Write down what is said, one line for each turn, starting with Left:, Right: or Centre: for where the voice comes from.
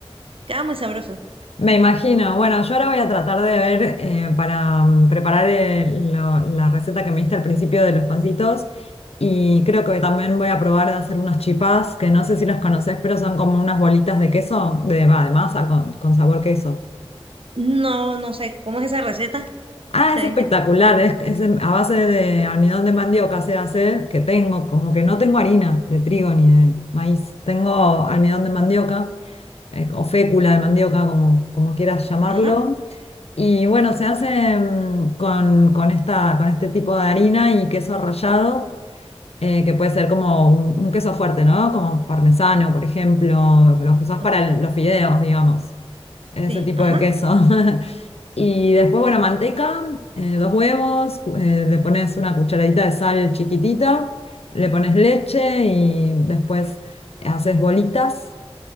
Right: queda muy sabroso.
Left: Me imagino. Bueno, yo ahora voy a tratar de ver eh, para mm, preparar el- lo- la receta que me diste al principio de los pancitos. Y creo que también voy a probar de hacer unas chipás, que no sé si los conoces, pero son como unas bolitas de queso, de, va, de masa con, con sabor queso.
Right: No, no sé, ¿cómo es esa receta?
Left: Ah,
Right: Se
Left: es
Right: ve
Left: espectacular.
Right: interesante.
Left: Es, es en- a base de almidón de mandioca se hace, que tengo, como que no tengo harina de trigo ni de maíz. Tengo almidón de mandioca. eh, o fécula de mandioca, como, como quieras llamarlo.
Right: Ajá,
Left: Y bueno, se hace mm, con, con esta, con este tipo de harina y queso rallado, eh, que puede ser como un, un queso fuerte, ¿no? Como parmesano, por ejemplo, los que usás
Right: ok.
Left: para el- los fideos, digamos, ese
Right: Sí,
Left: tipo
Right: ajá,
Left: de queso. <laughs> Y después, bueno, manteca, eh, dos huevos, cu- eh, le pones una cucharadita de sal chiquitita, le pones leche y después haces bolitas